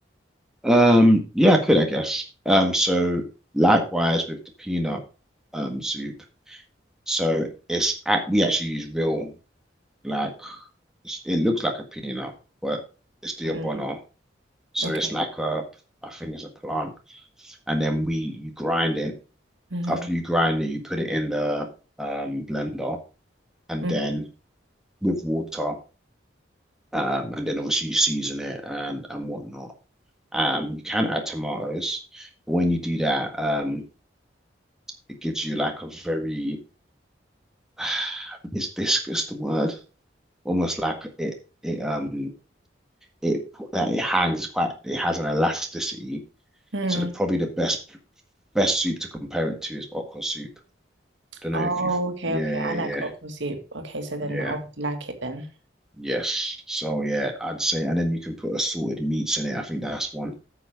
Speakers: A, in the centre; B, on the right.
A: Um, yeah, I could, I guess. Um, so likewise with the peanut um soup. So it's at, we actually use real like it's, it looks like a peanut, but it's the
B: Hmm.
A: abono. So
B: Okay.
A: it's like a I think it's a plant, and then we you grind it.
B: hmm
A: After you grind it, you put it in the um blender and
B: hmm
A: then with water, um, and then obviously you season it and and whatnot. Um, you can add tomatoes, but when you do that, um, it gives you like a very <sighs> is viscous the word? Almost like it it um it that it hangs quite it has an elasticity.
B: Mm.
A: So the probably the best best soup to compare it to is okra soup. Don't know
B: Oh,
A: if you've
B: okay,
A: yeah
B: okay.
A: yeah
B: I like
A: yeah
B: okra soup. Okay, so then
A: yeah
B: I would like it then.
A: yes. So yeah, I'd say and then you can put assorted meats in it. I think that's one